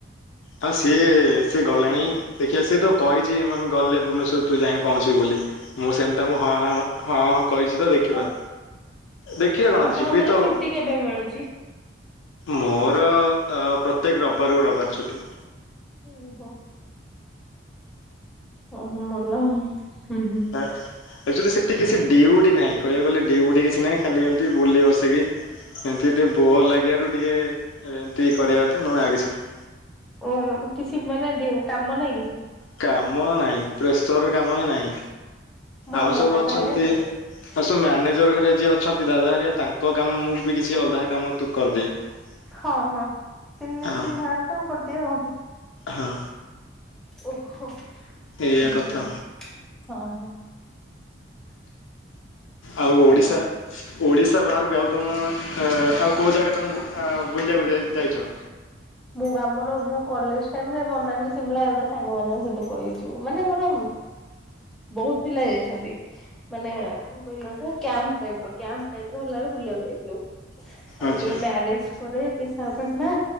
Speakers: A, on the left; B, in the centre.
A: ହଁ ସିଏ ସିଏ ଗଲେଣି ଦେଖିବା ସେତ କହି ଚି ମାନେ ଗଲେ ଭୁବନେଶ୍ୱର ତୁ ଯାଇଁକି ପହଞ୍ଚିବୁ ବୋଲି। ମୁଁ ସେମିତି ତାଙ୍କୁ ହଁ ହାଁ ହଁ ହଁ ହଁ କହିଚି ତ ଦେଖିବା।
B: ଓ
A: ଦେଖିବା କଣ
B: ଆପଣଙ୍କର
A: ଯିବେତ ଆଉ।
B: ଛୁଟି କେବେ ମିଳୁଛି?
A: ମୋର ପ୍ରତ୍ୟେକ ରବବାରକୁ ରବବାର ଛୁଟି
B: ଓହୋ ଓହୋ ଭଲ ଆଉ ହୁଁ ହୁଁ।
A: ତା ଆକ୍ଚୁଆଲି ସେଠି କିଛି ଡିଉଟି ନାହିଁ କହିବାକୁ ଗଲେ ଡିଉଟି କିଛି ନାହିଁ ଖାଲି ଏମିତି ବୁଲି ବସିକି ଏମତି ଟିକେ ବୋର ଲାଗିବାରୁ ଟିକେ ଏମିତି କରିବା କଥା ନହେ ଆଉ କିଛି ନୁହେଁ।
B: ଓ କିଛି ମାନେ ଡିଉ କାମ ନାହିଁ କିଛି?
A: କାମ ନାହିଁ ପ୍ରେସର ର କାମ ହିଁ ନାହିଁ,
B: ଭଲ
A: ଆଉ
B: ହେଲା
A: ସବୁ ଅଛନ୍ତି।
B: ତାହେଲେ
A: ଆଉ ସବୁ ମ୍ୟାନେଜର ହେରିଆ ଯିଏ ଅଛନ୍ତି ଦାଦା ହେରିଆ ତାଙ୍କ କାମ ମୁଁ ବି କିଛି ଅଧା କାମ ତୁ କରିଦିଏ। <unintelligible>
B: ହଁ ହଁ ଚିହ୍ନି
A: ହଁ
B: ଚିହ୍ନା ତ କରିଦିଅ ଆଉ।
A: ହଁ
B: ଓହୋ <unintelligible>
A: ଏଇଆ କଥା
B: ହଁ ହଁ।
A: ଆଉ ଓଡିଶା
B: ଓ
A: ଓଡିଶା ବାହାରକୁ ଆଉ ତମ ଆଉ କୋଉ ଜାଗା ତମକୁ ଆ ବୁଲିବାକୁ ବୁଲି ଯାଇଛ?
B: ମୁଁ ଆମର ମୋ କଲେଜ ଟାଇମ ରେ ମନାଲି ସିମଳା ହେରିକା ସାଙ୍ଗ ମାନଙ୍କ ସହିତ ପଳେଇଆଇଛି। ମାନେ ମୋର ବହୁତ ପିଲା ଯାଇଛନ୍ତି। ମାନେ କଣ କହିଲ ଗୋଟାଏ କ୍ୟାମ୍ପ ଟାଇପ ର କ୍ୟାମ୍ପ ଟାଇପର ହେଲାବେଳେ ବୁଲିବାକୁ ଯାଇଥିଲୁ। ଆଉ
A: ଆଚ୍ଛା
B: ଏବେ ମ୍ୟାରେଜ ପରେ ବିଶାଖାପଟଣା।